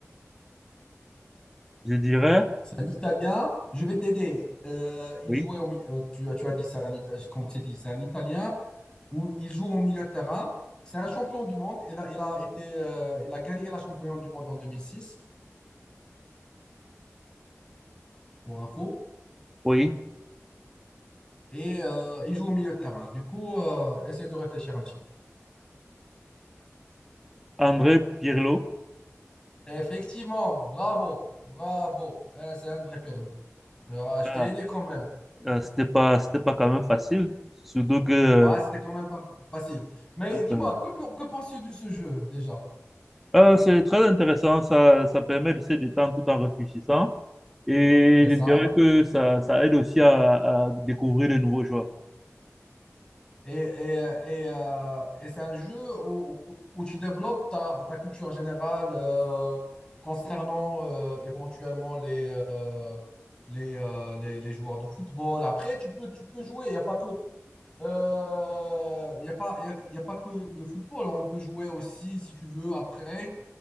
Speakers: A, in the centre; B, on the left (about 15°).
A: je dirais,
B: C'est un italien. Je vais t'aider. Euh, il
A: Oui.
B: jouait au milieu. Tu, as- tu as dit, c'est un, italien. comme tu as dit, c'est un italien. Où il joue au milieu de terrain. C'est un champion du monde. Il a, il a été, euh, il a gagné la champion du monde en 2006, pour info.
A: oui,
B: Et euh, il joue au milieu de terrain. Du coup, euh, essaie de réfléchir un petit
A: André Pirlo.
B: peu. Effectivement, bravo, bravo. Eh, c'est André Pirlou. Ah, je
A: Ah,
B: t'ai aidé quand même.
A: euh, c'était pas, c'était pas quand même facile. Surtout que euh,
B: Ouais, c'était quand même pas facile. Mais dis-moi,
A: euh,
B: que, pe- que penses-tu de ce jeu déjà?
A: euh, c'est très intéressant. Ça, ça permet de se détendre tout en réfléchissant. Et
B: C'est
A: je
B: ça.
A: dirais que ça, ça aide aussi à, à découvrir de nouveaux joueurs.
B: Et, et, et, euh, et c'est un jeu où, où tu développes ta, ta culture générale euh, concernant euh, éventuellement les, euh, les, euh, les, les joueurs de football. Après, tu peux, tu peux jouer. Il n'y a pas que, euh, il y a pas, il y a, il y a pas que le football. On peut jouer aussi, si tu veux, après.